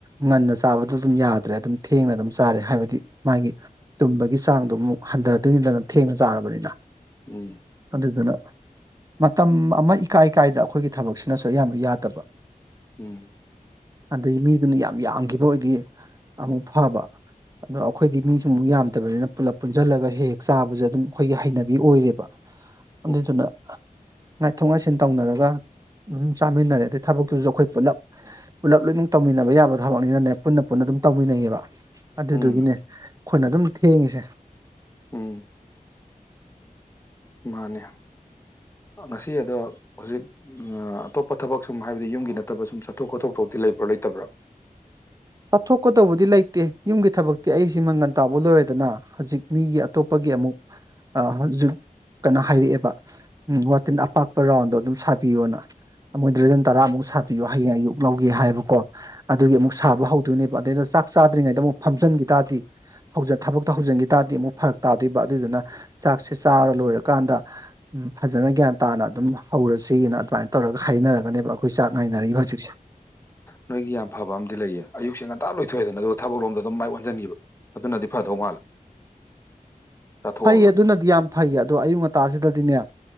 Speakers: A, on the right (about 25°); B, on the left (about 15°).
A: ꯉꯟꯅ ꯆꯥꯕꯗ ꯑꯗꯨꯝ ꯌꯥꯗ꯭ꯔꯦ ꯑꯗꯨꯝ ꯊꯦꯡꯅ ꯑꯗꯨꯝ ꯆꯥꯔꯦ ꯍꯥꯏꯕꯗꯤ ꯃꯥꯒꯤ ꯇꯨꯝꯕꯒꯤ ꯆꯥꯡꯗꯨ ꯑꯃꯨꯛ ꯍꯟꯊꯔꯗꯣꯏꯅꯤꯗꯅ ꯊꯦꯡꯅ ꯆꯥꯔꯕꯅꯤꯅ
B: ꯎꯝ
A: ꯑꯗꯨꯗꯨꯅ ꯃꯇꯝ ꯑꯃ ꯏꯀꯥꯏ ꯀꯥꯏꯗ ꯑꯩꯈꯣꯏꯒꯤ ꯊꯕꯛꯁꯤꯅꯁꯨ ꯑꯌꯥꯝꯕ ꯌꯥꯗꯕ
B: ꯎꯝ
A: ꯑꯗꯩꯩ ꯃꯤꯗꯨꯅ ꯌꯥꯝ ꯌꯥꯝꯈꯤꯕ ꯑꯣꯏꯗꯤ ꯑꯃꯨꯛ ꯐꯕ ꯑꯗꯣ ꯑꯩꯈꯣꯏꯗꯤ ꯃꯤꯁꯨꯃꯨꯛ ꯌꯥꯝꯗꯕꯅꯤꯅ ꯄꯨꯂꯞ ꯄꯨꯟꯁꯤꯜꯂꯒ ꯍꯦꯛ ꯍꯦꯛ ꯆꯥꯕꯁꯦ ꯑꯗꯨꯝ ꯑꯩꯈꯣꯏꯒꯤ ꯍꯩꯅꯕꯤ ꯑꯣꯏꯔꯦꯕ
B: <inaudible>
A: ꯑꯗꯨꯗꯨꯅ ꯉꯥꯏꯊꯣꯛ ꯉꯥꯏꯁꯤꯟ ꯇꯧꯅꯔꯒ ꯑꯗꯨꯝ ꯆꯥꯃꯤꯟꯅꯔꯦ ꯑꯗꯩ ꯊꯕꯛꯇꯨꯁꯨ ꯑꯩꯈꯣꯏ ꯄꯨꯂꯞ ꯄꯨꯂꯞ ꯂꯣꯏꯅꯃꯛ ꯇꯧꯃꯤꯟꯅꯕ ꯌꯥꯕ ꯊꯕꯛꯅꯤꯅꯅꯦ ꯄꯨꯟꯅ ꯄꯨꯟꯅ ꯑꯗꯨꯝ ꯇꯧꯃꯤꯟꯅꯩꯌꯦꯕ ꯑꯗꯨꯗꯨꯒꯤꯅꯦ
B: ꯎꯝ
A: ꯑꯩꯈꯣꯏꯅ ꯑꯗꯨꯝ ꯊꯦꯡꯉꯤꯁꯦ
B: ꯎꯝ ꯃꯥꯅꯦ ꯉꯁꯤ ꯑꯗꯣ ꯍꯧꯖꯤꯛ ꯎꯝ ꯑꯇꯣꯞꯄ ꯊꯕꯛ ꯁꯨꯝ ꯍꯥꯏꯕꯗꯤ ꯌꯨꯝꯒꯤ ꯅꯠꯇꯕ ꯁꯨꯝ ꯆꯠꯊꯣꯛ ꯈꯣꯊꯣꯛ ꯊꯣꯛꯇꯤ ꯂꯩꯕ꯭ꯔꯥ ꯂꯩꯇꯕ꯭ꯔ‌ꯣ
A: ꯆꯥꯊꯣꯛꯀꯗꯧꯕꯗꯤ ꯂꯩꯇꯦ ꯌꯨꯝꯒꯤ ꯊꯕꯛꯇꯤ ꯑꯩꯁꯤ ꯃꯪꯒꯟ ꯇꯥꯕ ꯂꯣꯏꯔꯗꯅ ꯍꯧꯖꯤꯛ ꯃꯤꯒꯤ ꯑꯇꯣꯞꯄꯒꯤ ꯑꯃꯨꯛ ꯍꯧꯖꯤꯛ ꯀꯩꯅꯣ ꯍꯥꯏꯔꯛꯑꯦꯕ ꯎꯝ ꯋꯥꯇꯤꯟ ꯑꯄꯥꯛꯄ ꯔꯥꯎꯟꯗꯣ ꯑꯗꯨꯝ ꯁꯥꯕꯤꯌꯣꯅ ꯃꯣꯏ ꯗ꯭ꯔꯦꯖꯟ ꯇꯔꯥꯃꯨꯛ ꯁꯥꯕꯤꯌꯣ ꯍꯌꯦꯡ ꯑꯌꯨꯛ ꯂꯧꯒꯦ ꯍꯥꯏꯕꯀꯣ ꯑꯗꯨꯒꯤ ꯑꯃꯨꯛ ꯁꯥꯕ ꯍꯧ ꯑꯗꯨꯅꯦꯕ ꯑꯗꯩꯗꯨ ꯆꯥꯛ ꯆꯥꯗ꯭ꯔꯤꯉꯩꯗ ꯑꯃꯨꯛ ꯐꯝꯖꯤꯟꯈꯤ ꯇꯥꯔꯗꯤ ꯊꯕꯛꯇ ꯍꯧꯖꯤꯟꯈꯤ ꯇꯥꯔꯗꯤ ꯑꯃꯨꯛ ꯐꯔꯛ ꯇꯥꯗꯣꯏꯕ ꯑꯗꯨꯗꯨꯅ ꯆꯥꯛꯁꯦ ꯆꯥꯔ ꯂꯣꯏꯔꯀꯥꯟꯗ ꯎ ꯐꯖꯅ ꯒ꯭ꯌꯥꯟ ꯇꯥꯅ ꯑꯗꯨꯝ ꯍꯧꯔꯁꯤꯅ ꯑꯗꯨꯃꯥꯏꯅ ꯇꯧꯔꯒ ꯍꯥꯏꯅꯔꯒꯅꯦꯕ ꯑꯩꯈꯣꯏ ꯆꯥꯛ ꯉꯥꯏꯅꯔꯤꯕ ꯍꯧꯖꯤꯛꯁꯦ
B: ꯅꯣꯏꯒꯤ ꯌꯥꯝ ꯐꯕ ꯑꯃꯗꯤ ꯂꯩꯌꯦ ꯑꯌꯨꯛꯁꯦ ꯉꯟꯇꯥ ꯂꯣꯏꯊꯣꯛꯑꯦꯗꯅ ꯑꯗꯨꯣ ꯊꯕꯛ ꯂꯣꯝꯗ ꯑꯗꯨꯝ ꯃꯥꯏ ꯑꯣꯟꯁꯤꯟꯒꯤꯕꯥ ꯑꯗꯨꯅꯗꯤ ꯐꯗꯧ ꯃꯥꯜꯂꯦ ꯆꯥꯊꯣꯛꯑꯒ
A: ꯐꯩꯌꯦ ꯑꯗꯨꯅꯗꯤ ꯌꯥꯝ ꯐꯩꯌꯦ ꯑꯗꯣ ꯑꯌꯨꯛ ꯉꯟꯇꯥꯁꯤꯗꯗꯤꯅꯦ